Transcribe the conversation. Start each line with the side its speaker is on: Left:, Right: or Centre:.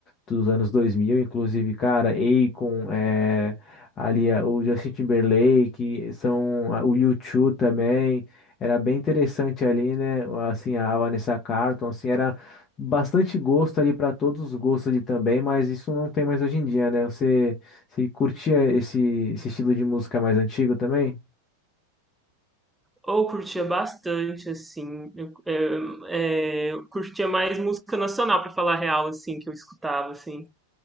Left: dos anos 2000 inclusive, cara, Akon, é, ali é, o Justin Timberlake, são a- o U2 também, era bem interessante ali, né? Assim, a Vanessa Carlton, assim, era bastante gosto ali para todos os gostos ali também, mas isso não tem mais hoje em dia, né? Você, você curtia esse, esse estilo de música mais antigo também?
Centre: Ou curtia bastante, assim. Eu, é, é, eu curtia mais música nacional, pra falar a real, assim, que eu escutava, assim.